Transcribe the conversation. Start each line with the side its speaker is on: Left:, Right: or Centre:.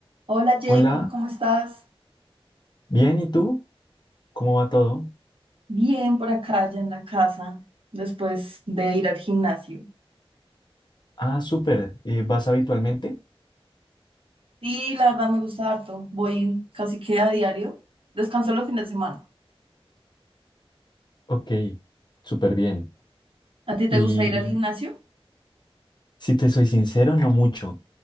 Right: Hola Jacob,
Left: Hola,
Right: ¿cómo estás?
Left: bien, ¿y tú? ¿Cómo va todo?
Right: Bien por acá, ya en la casa, después de ir al gimnasio.
Left: Ah, súper. eh, ¿vas habitualmente?
Right: Sí, la verdad me gusta harto, voy casi que a diario, descanso los fines de semana.
Left: Ok, súper bien.
Right: ¿A ti
Left: Y
Right: te gusta ir al gimnasio?
Left: si te soy sincero, no mucho.